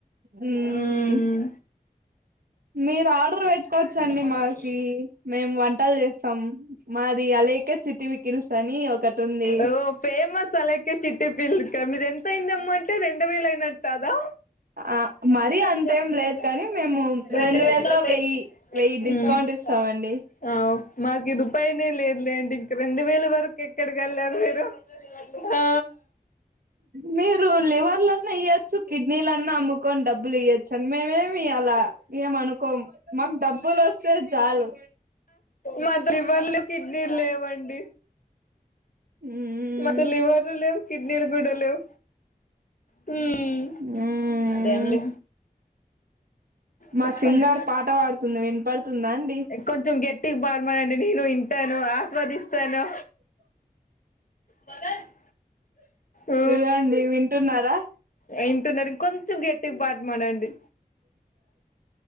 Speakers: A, on the right (about 75°); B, on the left (about 60°).
A: మ్మ్
B: హ్మ్
A: మీరు ఆర్డర్ పెట్టుకోవచ్చండి
B: మనకి
A: మాకి మేము వంటలు చేస్తాం మాది అలేఖ్య చిట్టి పికిల్స్ అని ఒకటి ఉంది
B: ఓ ఫేమస్ అలైకే మీది ఎంత అయింది అమ్మా అంటే రెండు వేలు అయినట్టే కదా
A: ఆ
B: మరి
A: మరీ
B: అంతా
A: అంతేం
B: కాదు
A: లేదు
B: కానీ
A: కానీ మేము రెండు వేల్లో
B: మేము
A: వెయ్యి వెయ్యి
B: ఉమ్
A: డిస్కౌంట్ ఇస్తామండి
B: మాకి రూపాయినే లేదుండి ఇంక రెండు వేల వరకు ఎక్కడికి వెళ్ళారు మీరు ఆ
A: మీ ఇప్పుడు లివర్ లన్నా ఇయొచ్చు కిడ్నీలన్నా అమ్ముకొని డబ్బులు ఇయొచ్చు మేమేం ఇయ్యాలా ఏం అనుకోం మాకు డబ్బులు వస్తే చాలు
B: మాకు లివర్ర్లు కిడ్నీలు లేవండి
A: మ్మ్
B: మాతో లివర్ లెవ్ కిడ్నీలు కుడా లెవ్ హుం
A: మ్మ్
B: అదేండి
A: మా
B: చెప్పండి
A: సింగార్ పాట పాడుతుంది వినపడుతుందా అండి
B: కొంచెం గట్టిగా పాడమనండి నేను వింటాను ఆస్వాదిస్తాను భరత్ ఊ
A: చూడండి వింటున్నారా
B: వింటున్నారు కొంచెం గట్టిగా పాడమనండి